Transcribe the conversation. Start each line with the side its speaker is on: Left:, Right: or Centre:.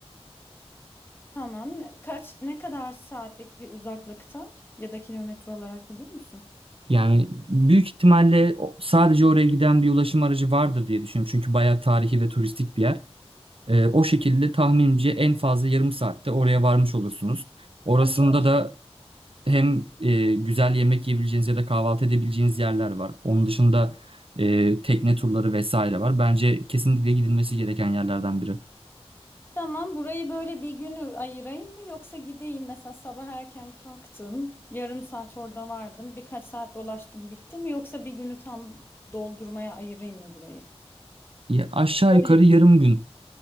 Left: Tamam. Kaç, ne kadar saatlik bir uzaklıkta ya da kilometre olarak biliyor musun?
Right: Yani büyük ihtimalle o- sadece oraya giden bir ulaşım aracı vardır diye düşünüyorum. Çünkü bayağı tarihi ve turistik bir yer. E,
Left: Hı hı.
Right: o şekilde tahminimce en fazla yarım saatte oraya varmış olursunuz. Orasında
Left: Aa, çok
Right: da
Left: iyi.
Right: Hem e, güzel yemek yiyebileceğiniz ya da kahvaltı edebileceğiniz yerler var. Onun dışında e, tekne turları vesaire var. Bence kesinlikle gidilmesi gereken yerlerden biri.
Left: Tamam, burayı böyle bir günü ayırayım mı yoksa gideyim mesela sabah erken kalktım, yarım saat orada vardım, birkaç saat dolaştım bitti mi yoksa bir günü tam doldurmaya ayırayım mı burayı?
Right: Ya aşağı
Left: Göl
Right: yukarı yarım gün.